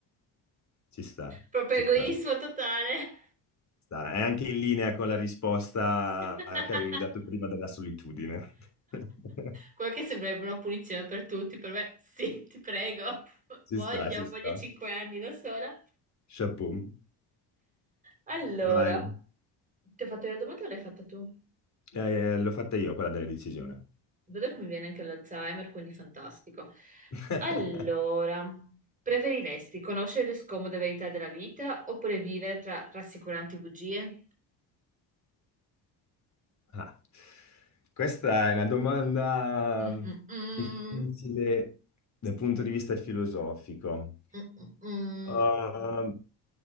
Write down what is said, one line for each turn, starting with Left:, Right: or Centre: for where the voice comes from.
Left: Ci sta,
Right: Proprio
Left: ci
Right: egoismo
Left: sta,
Right: totale.
Left: sta. È anche in linea con la risposta
Right: <laughs>
Left: eh, che avevi dato prima della solitudine. <laughs>
Right: Quello che sembrerebbe una punizione per tutti, per me sì, ti prego,
Left: Ci
Right: voglio,
Left: sta, ci sta.
Right: voglio cinque anni da sola.
Left: Chapeau.
Right: Allora,
Left: Vai.
Right: ti ho fatto la domanda o l'hai fatta tu?
Left: Eh, l'ho fatta io quella della decisione.
Right: Vedo che mi viene anche l'Alzheimer, quindi fantastico.
Left: <laughs>
Right: Allora, preferiresti conoscere le scomode verità della vita oppure vivere tra rassicuranti bugie?
Left: Ah, questa è una domanda
Right: Mm-mm-mm,
Left: difficile dal punto di vista filosofico.
Right: mm-mm-mm.
Left: Uh,